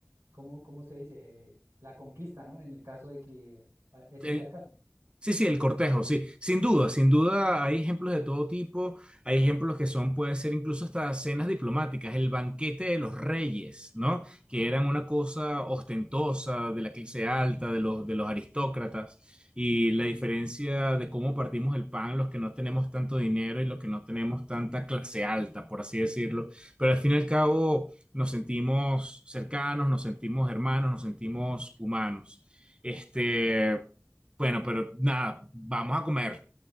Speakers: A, on the right (about 75°); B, on the right (about 20°).
A: ¿cómo, cómo se dice? Eh, la conquista, ¿no? En el caso de que ah, ese
B: El-
A: sea el caso.
B: Sí, sí, el cortejo, sí. Sin duda, sin duda hay ejemplos de todo tipo. Hay ejemplos que son, pueden ser incluso hasta cenas diplomáticas, el banquete de los reyes, ¿no? Que eran una cosa ostentosa de la clase alta, de los, de los aristócratas. Y la diferencia de cómo partimos el pan, los que no tenemos tanto dinero y los que no tenemos tanta clase alta, por así decirlo. Pero al fin y al cabo nos sentimos cercanos, nos sentimos hermanos, nos sentimos humanos. Este. Bueno, pero nada, vamos a comer.